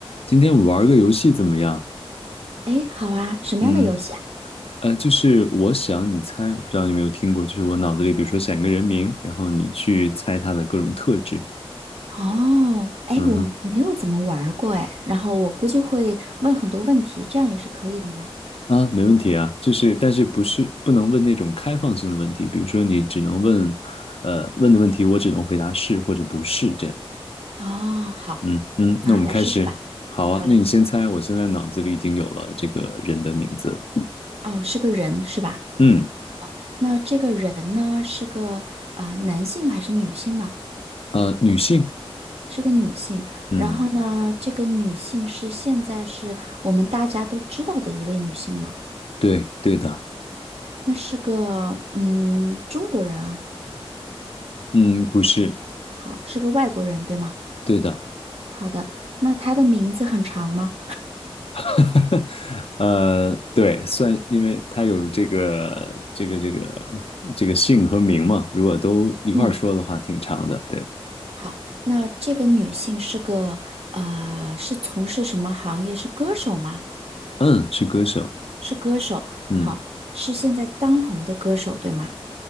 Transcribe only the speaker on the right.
哎，好啊，什么样的游戏啊？
哦，哎，
我没有怎么玩儿过哎，然后我估计会问很多问题，这样也是可以的吗？
哦，好，
那来试试吧。
好嘞。
哦，是个人是吧？
那这个人呢，是个呃男性还是女性呢？
是个女性。
然后呢，这个女性是现在是我们大家都知道的一位女性吗？
那是个嗯中国人啊，
好，是个外国人对吗？
好的，那她的名字很长吗？
嗯，
好，那这个女性是个呃，是从事什么行业？是歌手吗？
是歌手。
好，是现在当红的歌手，对吗？